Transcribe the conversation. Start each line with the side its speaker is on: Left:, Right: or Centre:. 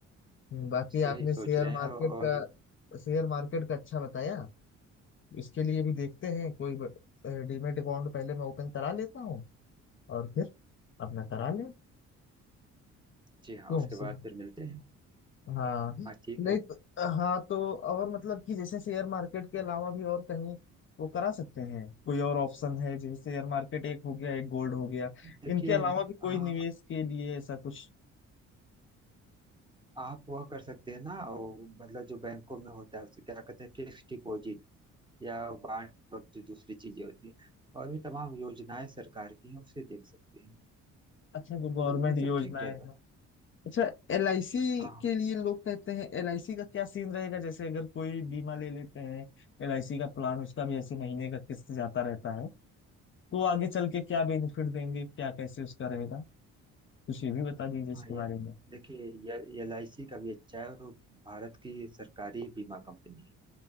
Left: हम्म, बाकी
Right: सही
Left: आपने
Right: सोच
Left: शेयर
Right: रहे
Left: मार्केट
Right: हैं और
Left: का शेयर मार्केट का अच्छा बताया इसके लिए भी देखते हैं कोई डीमेट अकाउंट पहले मैं ओपन करा लेता हूँ और फिर अपना करा लें
Right: जी हाँ
Left: क्यों
Right: उसके बाद
Left: से
Right: फिर मिलते हैं
Left: हाँ नहीं
Right: हाँ ठीक है
Left: तो, हाँ तो और मतलब कि जैसे शेयर मार्केट के अलावा भी और कहीं वो करा सकते हैं कोई और ऑप्शन है जैसे शेयर मार्केट एक हो गया एक गोल्ड हो गया
Right: देखिए
Left: इनके अलावा भी कोई
Right: हाँ
Left: निवेश के लिए ऐसा कुछ
Right: आप वह कर सकते हैं ना वो मतलब जो बैंकों में होता है उसे क्या कहते हैं फिक्स डिपॉजिट या बांड वक्त जो दूसरी चीजें होती हैं और भी तमाम योजनाएं सरकार की हैं उसे देख सकते हैं
Left: अच्छा जो गवर्नमेंट
Right: तो यह
Left: योजनाएं
Right: सब ठीक रहेगा
Left: हैं अच्छा एल आई सी
Right: हाँ हाँ
Left: के लिए लोग कहते हैं एल आई सी का क्या सीन रहेगा जैसे अगर कोई बीमा ले लेते हैं एल आई सी का प्लान उसका भी ऐसे महीने का किस्त जाता रहता है तो आगे चल के क्या बेनिफिट देंगे क्या कैसे उसका रहेगा कुछ ये भी बता दीजिए इसके
Right: हाँ ये
Left: बारे में
Right: देखिए ये एल आई सी का भी अच्छा है और वो भारत की सरकारी बीमा कंपनी है